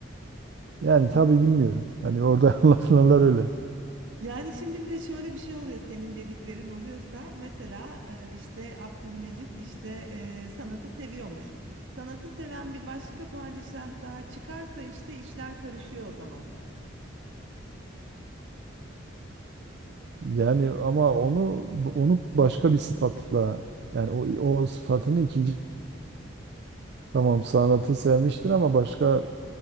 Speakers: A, on the right (about 55°); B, on the right (about 70°).
A: yani tabii
B: Ama
A: bilmiyorum hani orada <laughs> anlatılanlar öyle
B: yani şimdi bir de şöyle bir şey oluyor senin dediklerin oluyorsa mesela e, işte Abdülmecit işte e, sanatı seviyormuş. Sanatı seven bir başka padişah daha çıkarsa işte işler karışıyor o zaman.
A: yani ama onu onu başka bir sıfatla yani o o sıfatını ikinci tamam sanatı sevmiştir ama başka